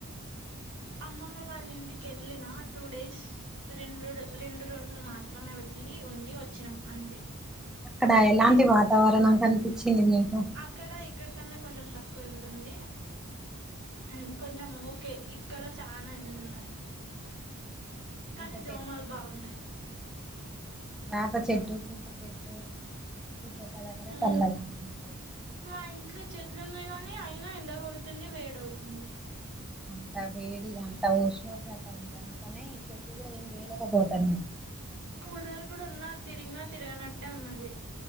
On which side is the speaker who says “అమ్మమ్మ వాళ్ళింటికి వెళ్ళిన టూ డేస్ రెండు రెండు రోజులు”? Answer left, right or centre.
Right